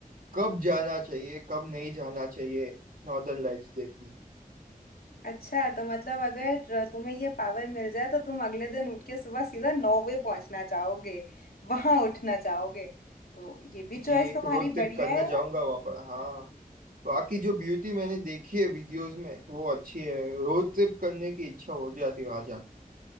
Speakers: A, on the right (about 70°); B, on the left (about 80°).
A: कब जाना चाहिए कब नहीं जाना चाहिए नॉर्दर्न लाइट्स देखने
B: अच्छा तो मतलब अगर तुम्हें ये पावर मिल जाए तो तुम अगले दिन उठ के सुबह सीधा नौवे पहुंचना चाहोगे वहां उठना चाहोगे तो ये भी चॉइस
A: जी एक
B: तुम्हारी
A: रोड ट्रिप
B: बढ़िया
A: करना
B: है।
A: चाहूंगा वहाँ पर हाँ बाकी जो ब्यूटी मैंने देखी है वीडियोस में वो अच्छी है रोड ट्रिप करने की इच्छा हो जाती है आ जाके